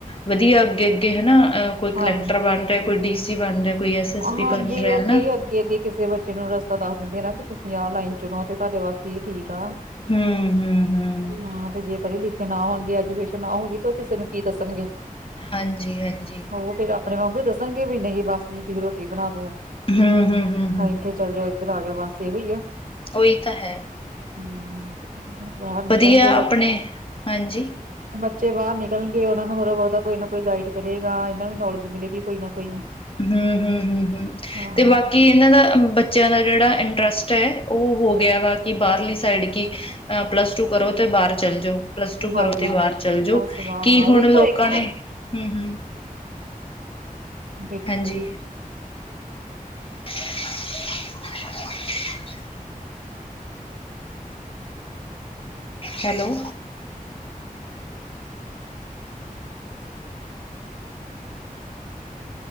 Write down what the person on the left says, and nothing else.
ਵਧੀਆ ਅੱਗੇ-ਅੱਗੇ ਹਨਾ, ਅੰਹ ਕੋਈ
ਕਲੈਕਟਰ ਬਣ ਰਿਹਾ, ਕੋਈ ਡੀ ਸੀ ਬਣ ਰਿਹਾ। ਕੋਈ ਐਸ ਐਸ ਪੀ
ਬਣ ਰਿਹਾ
ਹਨਾ।
ਹੂੰ, ਹੂੰ, ਹੂੰ।
ਹਾਂਜੀ-ਹਾਂਜੀ।
ਹੂੰ-ਹੂੰ-ਹੂੰ-ਹੂੰ।
ਉਹੀ ਤਾਂ ਹੈ।
ਵਧੀਆ
ਆਪਣੇ ਹਾਂਜੀ।
ਹੂੰ, ਹੂੰ, ਹੂੰ,
ਤੇ ਬਾਕੀ ਇਹਨਾਂ ਦਾ ਬੱਚਿਆਂ ਦਾ ਜਿਹੜਾ ਇੰਟਰਸਟ ਐ, ਉਹ ਹੋ ਗਿਆ ਵਾ, ਕਿ ਬਾਹਰਲੀ ਸਾਈਡ ਕੀ ਅਹ ਪਲੱਸ ਟੂ ਕਰੋ ਤੇ, ਬਾਹਰ ਚੱਲ ਜਾਉ। ਪਲੱਸ ਟੂ
ਕਰੋ ਤੇ ਬਾਹਰ ਚੱਲਜੋ,
ਕੀ
ਹੁਣ
ਲੋਕਾਂ
ਨੇ, ਹੂੰ, ਹੂ।
ਹਾਂਜੀ। <inaudible> ਹੈਲੋ।